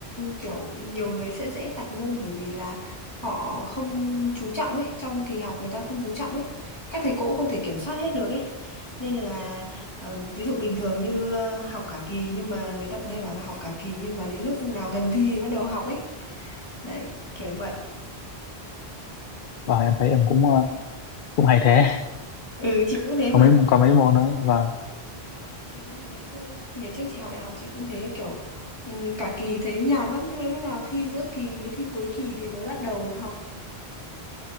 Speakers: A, on the left; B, on the left.
A: kiểu nhiều người sẽ dễ tạch môn bởi vì là họ không chú trọng ấy trong kỳ học người ta không chú trọng ấy các thầy cô cũng không thể kiểm soát hết được ấy nên là Ờ, ví dụ bình thường như ờ, học cả kỳ nhưng mà người ta thường hay bảo là học cả kỳ nhưng mà đến lúc vùng nào gần thi thì bắt đầu học ấy. Đấy, kiểu vậy.
B: vâng em thấy em cũng ờ, cũng hay thế
A: Ừ, chị
B: <laughs>
A: cũng thế
B: có
A: mà.
B: mấy có mấy môn nữa vâng
A: Chị cũng ngày xưa ngày trước chị học đại học chị cũng thế kiểu ừm, cả kỳ thấy nhàn lắm nhưng mà lúc nào thi giữa kỳ với thi cuối kỳ thì mới bắt đầu học.